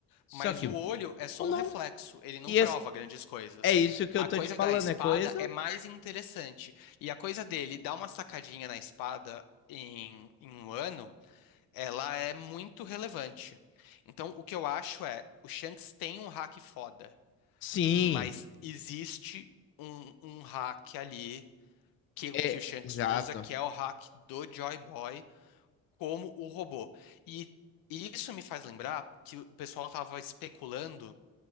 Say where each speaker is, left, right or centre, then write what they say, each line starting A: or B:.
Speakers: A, on the left; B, on the left.
A: Só
B: Mas
A: que
B: o olho é só
A: o nome.
B: um reflexo, ele não
A: E
B: prova
A: é,
B: grandes coisas.
A: é isso que
B: A
A: eu tô
B: coisa
A: te falando,
B: da espada
A: é coisa?
B: é mais interessante. E a coisa dele dar uma sacadinha na espada em, em um ano, ela é muito relevante. Então, o que eu acho é, o Shanks tem um hack foda
A: Sim,
B: mas existe um, um hack ali que, o-
A: é
B: que o Shanks
A: exato.
B: usa, que é o hack do Joy Boy como o robô. E, e isso me faz lembrar que o pessoal estava especulando